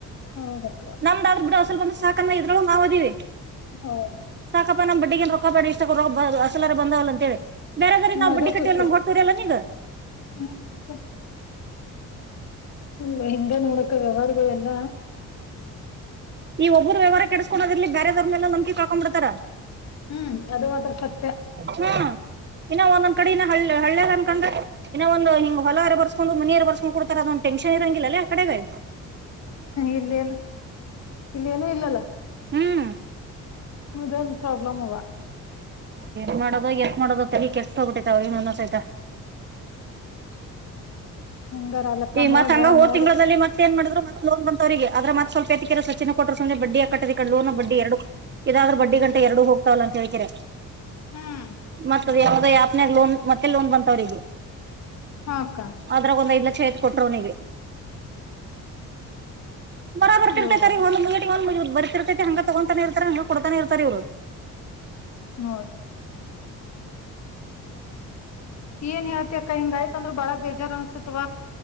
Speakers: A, on the left (about 55°); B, on the right (about 35°).
A: ಹೌದಕ್ಕವ
B: ನಮ್ದಾದ ಬಿಡ ಹೊಸಲ್ ಬಂದ ಸಾಕನ್ನ ಇದ್ರೊಳ ನಾೋದೀವಿ
A: ಹೌದು
B: ಸಾಕಪ್ಪಾ ನಮ್ ಬಡ್ಡಿಗೆ ರೊಕ್ಕ ಬೇಡ ಇಷ್ಟ ರೊ ಅಸಲಾರ ಬಂದವಲ್ಲ ಅಂತ ಹೇಳಿ ಬೇರೆದ್ರ
A: ಹ್ಮ
B: ನಾವವು
A: ಅದೇ
B: ಬುಡ್ಡಿ ಕಟ್ಟಿಯಲ್ಲ
A: ಖುಷಿ
B: ನಮ ಹೊರ್ತರಿಲ್ಲ ನೀಗ
A: ಹ್ಮ್ ಮತ್ತೆ ಹ ಹಿಂಗ ನೋಡಕ ವ್ಯವಹಾರ್ದ ಎಲ್ಲ
B: ಈ ಒಬ್ಬರು ವ್ಯವಹಾರ ಕೆಡಿಸಕೋದ್ರಲಿ ಬೇರೆದ್ರನೆಲ್ಲ ನಂಬ್ ಕಕೊಂಡ್ ಬಿಡ್ತಾರ
A: ಹ್ಮ್ ಅದು ಮಾತ್ರ ಸ
B: ಹ ಇನ್ನೊ ಒಂದೊಂದ್ ಕಡ ಇ ಹಳ್ಳಿ ಹಳ್ಳಿಗ್ ಅನ್ಕೊಂಡ್ರೆ ಇನ್ನ ಒಂದ್ ಹಿಂಗ ಹೊಲರಾರ ಬರ್ಸ್ಕೊಂಡುನಿಯರ ಬರ್ಸ್ಕೊಂಡ್ ಕುಡ್ತಾರೆ ಅದೊಂದು ಟೆನ್ಷನ್ ಏರಂಗಿಲ್ಲ ಅಲ್ಲಿ ಕಡೆ ಆಯ್ತು
A: ಇಲ್ಲೇನು ಇಲ್ಲೇನು ಇಲ್ಲಲ್ಲ
B: ಹ್ಮ್
A: ಮದಂದು ಪ್ರಾಬ್ಲಮ್ವಾ
B: ಎದ ಮಾಡೋದ ಎಷ್ಟ ಮಾಡೋದತ್ತ ಹೀ ಕೆ ಎಷ್ಟ ತಗಬಿಟ್ಟಿತಾವ ಇಂದಸ ಆಾಯ್ತಾ <unintelligible>
A: ಹಂಗಾರ ಅಲಕ್ಕ
B: ಈ
A: ನೋಡ್ರ
B: ಮತ್ ಹಂಗ ಹೋರ್
A: ನೋಡಿ
B: ತಿಂಗಳದಲ್ಲಿ ಮತ್ತತ್ ಏ ಮಾಡಿದ್ ಮತ್ತ ಲೋನ್ ಬಂತವ್ರಿಗೆ ಅ್ರತ್ತತ್ ಸ್ವಲ್ಪ ಎ ಸಚ್ಚೆ ಕೊಟ್ಟ್ರ ಸಂದೆ ಬಡ್ಡಿ ಆ ಕಟ್ಟ ಲೋನ್ ಬಡ್ಡಿ ಎರಡು ಇದಾದ್ರ ಬಡ್ಡಿ ಗಂ ಎರಡು ಹೋಗ್ತಾವಲ್ಲ ಅಂತ ಹೇಳ್ಕರೆ
A: ಹ್ಮ್
B: ಮತ್ತದ ಯಾವದ ಯಪ್ನಯಾಗ <unintelligible> ಲೋನ್ ಮತ್ತೆ ಲೋನ್ ಬಂತ ಅವ್ರಿಗೆ
A: ಹಾಕ್ಕ
B: ಅದ್ರಾಗ ಒಂದ್ ಐದ್ ಲಕ್ಷ ಐತ್ ಕೊಟರು ಅವನಿಗೆ ಬರಾ ಬರ್ತಿರ್ತರಿ
A: ಯವ್ವ
B: ಒಂದ ಮುಟ ಒ ಬರ್ತಿರ್ತತೆತಿ ಹಂಗ ತಗೊಂತಾನೇ ಇರ್ತ ಹಂಗ ಕೊಡ್ತಾನೆ ಇರ್ತಾರೆ ಇವರು
A: ನಡ್ ಏನ್ ಯತ ಅಕ್ಕ ಹಿಂಗ ಆಯ್ತಂದ್ರ ಬಾಳ ಬೇಜಾರ್ ಅನ್ಸತ್ವ